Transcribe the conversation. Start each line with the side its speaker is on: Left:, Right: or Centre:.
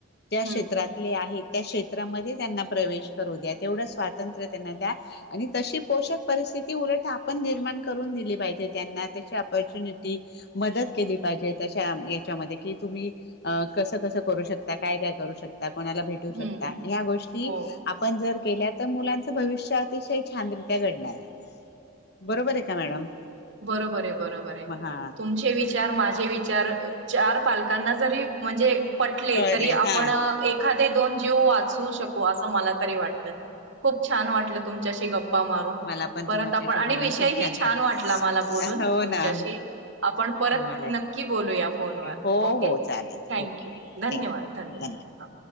Left: त्या क्षेत्रात.
Right: हं,
Left: नाहीं त्या क्षेत्रामध्ये त्यांना प्रवेश करू द्या. तेवढ स्वातंत्र त्यांना द्या आणि तशी पोषक. परिस्थित उलट आपण निर्माण करून दिली पाहिजे. त्यांना आ चीपॉर्च्युनिटी मदत केली पाहिजे तश्या याच्यामध्ये कि तुम्ही कस-कसं करू शकता. काय-काय करू शकता. कोणाला भेटू
Right: हं.
Left: शकता. या गोष्टी
Right: हो.
Left: आपण जर. केल्या तर मुलांच भविष्य अतिशय छानरित्या घडणार आहे. बरोबर
Right: हं.
Left: आहे का मॅडम.
Right: बरोबर आहे. बरोबर आहे.
Left: हा
Right: तुमचे विचार माझे विचार. चार पालकांना जरी. म्हणजे पटले.
Left: कळले
Right: तरी आपण
Left: हा
Right: एखादे दोन जीव वाचवु. करू शकू अस मला तरी वाटलं खूप छान वाटल तुमच्याशी गप्पा गप्पा मारून.
Left: मला पण
Right: परत
Left: तुमच्याशी
Right: आपण आणि
Left: बोलून
Right: विषय
Left: खूप
Right: ही छान
Left: कर
Right: वाटला. मला बोलून
Left: हो
Right: तुमच्याशी.
Left: ना
Right: आपण परत
Left: मला
Right: नक्की बोलू या फोन वर
Left: हो
Right: ओके.
Left: हो चालेल
Right: थँक्यू
Left: ओके
Right: धन्यवाद
Left: थँक्यू
Right: धन्यवाद हा.